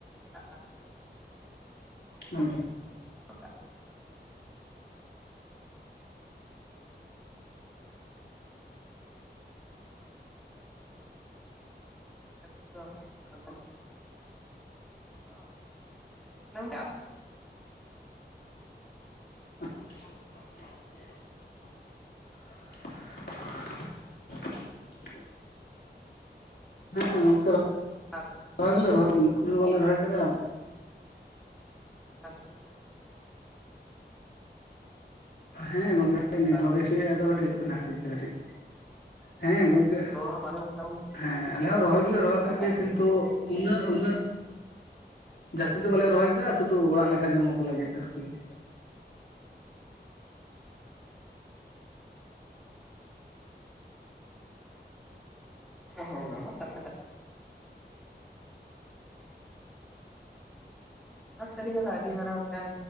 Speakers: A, in the centre; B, on the left.
A: <unintelligible> ᱾ <unintelligible>
B: ᱦᱮᱸ
A: <unintelligible> <unintelligible>
B: <unintelligible>
A: <unintelligible>
B: <unintelligible> ᱦᱮᱸ ᱜᱚᱝᱠᱮ ᱵᱟ
A: ᱟᱥ
B: ᱨᱚᱦᱚᱭ ᱫᱚᱞᱮ ᱨᱚᱦᱚᱭᱫᱟ, ᱩᱱᱟᱹᱜ ᱫᱚ ᱵᱟᱞᱮ ᱨᱚᱦᱚᱭ ᱠᱟᱫᱟ ᱾
A: <unintelligible>
B: ᱦᱮᱸ ᱜᱚᱝᱠᱮ ᱱᱮᱴᱟᱨᱠ
A: ᱚᱱᱠᱟ
B: ᱮ ᱤᱥᱩᱭᱫᱟ ᱛᱚ, ᱠᱟᱹᱴᱤᱡ ᱚᱱᱟ ᱠᱷᱟᱹᱛᱤᱨ ᱛᱮ ᱠᱟᱹᱴᱤᱡ ᱦᱮᱸ ᱜᱚᱝᱠᱮ,
A: ᱨᱚᱲ ᱦᱚᱸ ᱵᱟᱝ ᱟᱸᱡᱚᱢᱚᱜ ᱠᱟᱱ
B: ᱦᱮᱸ ᱟᱞᱮ ᱦᱚᱸ ᱨᱚᱦᱚᱭ ᱫᱚᱞᱮ ᱨᱚᱦᱚᱭ
A: ᱠᱟᱛᱷᱟ
B: ᱠᱟᱜ
A: ᱠᱟᱱ
B: ᱜᱮᱭᱟ ᱠᱤᱱᱛᱩ
A: ᱜᱮ
B: ᱩᱱᱟᱹ ᱩᱱᱟᱹ ᱡᱟᱹᱥᱛᱤ ᱫᱚ ᱵᱟᱞᱮ ᱨᱚᱦᱚᱭ ᱠᱟᱜᱼᱟ, ᱥᱩᱫᱩ ᱚᱲᱟᱜ ᱞᱮᱠᱟ ᱡᱚᱢᱚᱠ ᱞᱟᱹᱜᱤᱫ ᱟᱨᱠᱤ ᱾
A: ᱚ ᱚᱱᱟ ᱢᱟ ᱠᱟᱛᱷᱟ ᱠᱟᱱ ᱥᱟᱹᱨᱤ ᱠᱟᱫᱟ ᱟᱹᱰᱤ ᱢᱟᱨᱟᱝ ᱢᱮᱫᱴᱟᱝ,